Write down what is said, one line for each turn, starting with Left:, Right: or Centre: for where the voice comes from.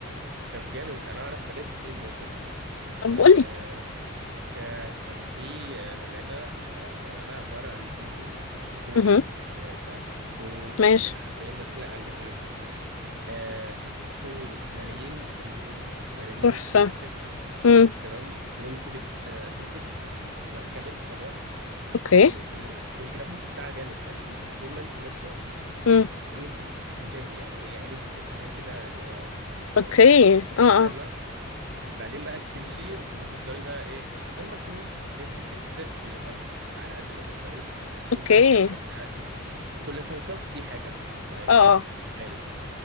Right: طب جامد انا اعرف حاجات كتير زي كده
Left: طب
Right: آه،
Left: قولي
Right: ك... كان في آه، لعبة آه، أنا بلعبها عبارة عن أنت في كون
Left: اها
Right: واسع كو
Left: ماشي
Right: حرفيا مثلا عندك إيه آه ممكن ملايين النجوم ملايين
Left: تحفة
Right: الكواكب
Left: امم
Right: تمام وأنت بت آه، أنت في في مركبة فضاء
Left: اوكي
Right: و... وال... والجرافيكس بتاعها جامد فأنت طول ما أنت ماشية
Left: امم
Right: إيه بت... بتنبهري يعني إيه عينك بتشوف حاجات كده اللي هو واو
Left: اوكي اه
Right: فاهمة
Left: اه
Right: بعدين بقى تمشي وتفضلي بقى ايه إيه المفروض ان انت تكتشفي أك- على قد ما تقدري
Left: اوكي
Right: وتروحي الكوكب ده تكتشف كل كوكب فيه حاجة معينة
Left: اه اه
Right: غالي